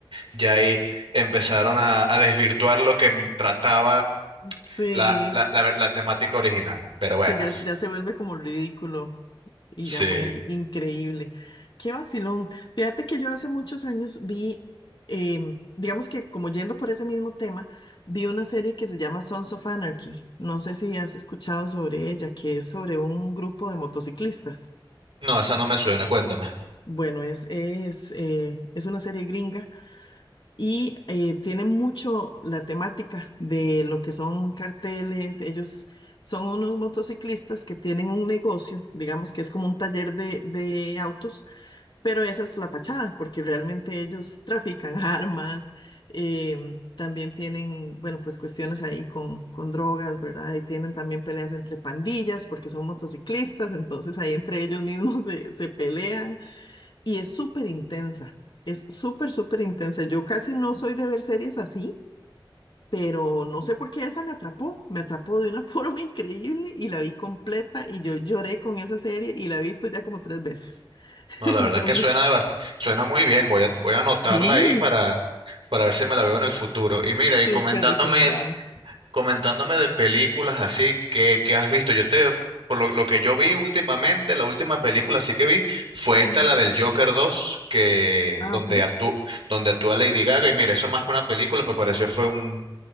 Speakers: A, on the right; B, on the left.
A: ya ahí empezaron a, a desvirtuar lo que trataba
B: Sí,
A: la, la, la- la temática original. Pero
B: sí,
A: bueno,
B: ya, ya se vuelve como ridículo y
A: sí.
B: ya muy increíble. Qué vacilón. Fíjate que yo hace muchos años vi, em, digamos que como yendo por ese mismo tema, vi una serie que se llama Sons of Anarchy. No sé si has escuchado sobre ella, que es sobre un grupo de motociclistas.
A: No, esa no me suena, cuéntame.
B: Bueno, es, es, eh, es una serie gringa Y eh, tienen mucho la temática de lo que son carteles. Ellos son unos motociclistas que tienen un negocio, digamos que es como un taller de, de autos, pero esa es la fachada, porque realmente ellos trafican <laughs> armas, em, también tienen, bueno, pues cuestiones ahí con, con drogas, ¿verdad? Y tienen también peleas entre pandillas, porque son motociclistas, entonces ahí entre ellos mismos <laughs> se, se pelean. Y es súper intensa, es súper, súper intensa. Yo casi no soy de ver series así, pero no sé por qué esa me atrapó, me atrapó de una <laughs> forma increíble y la vi completa y yo lloré con esa serie y la he visto ya como tres veces.
A: No,
B: <laughs>
A: la
B: Entonces,
A: verdad que suena, de bast- suena muy bien. Voy a, voy a anotarla
B: sí,
A: ahí para, para ver si me la veo en el futuro. Y
B: súper
A: mira, y comentándome
B: recomendada.
A: Comentándome de películas así que, que has visto. Yo te, por lo, lo que yo vi últimamente, la última película así que vi fue esta,
B: Ujú.
A: la del Joker dos que,
B: Ah,
A: donde,
B: ok.
A: actú- donde actúa Lady Gaga. Y mira, eso más que una película me pareció fue un,